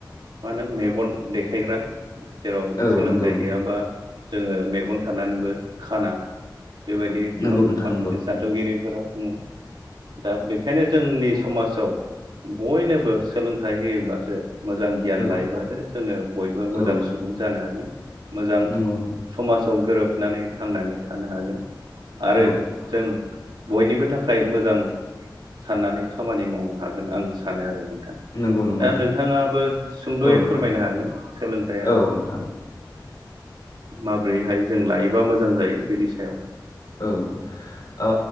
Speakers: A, on the right; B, on the left.
A: होनो मेगन देखायग्रा जेराव
B: औ
A: सोलोंथाइ
B: नंगौ
A: गैयाबा जोङो मेगन थानानैबो खाना बेबायदि
B: नंगौ
A: गोबां
B: नोंथां
A: माखासे
B: नंगौ
A: सान्थौगिरिफोरा बुङो। दा बेखायनो जोंनि समाजाव बयनोबो सोलोंथाइ होयोब्लासो मोजां गियान
B: औ
A: लायोबासो जोङो बयबो मोजां
B: औ
A: सुबुं जानो हागोन। मोजां
B: नंगौ
A: समाजाव गोरोबनानै थांनानै थानो हागोन आरो
B: औ
A: जों बयनिबो थाखाय मोजां साननानै खामानि मावनो हागोन आं सानो आरो नों थां
B: नंगौ नंगौ
A: दा
B: नोंथां
A: नोंथाङाबो सुंद'यै
B: औ नोंथां
A: फोरमायनो हागोन सोलोंथाइया
B: औ नोंथां
A: माब्रैहाय जों लायोबा मोजां जायो बेनि सायाव
B: औ ओ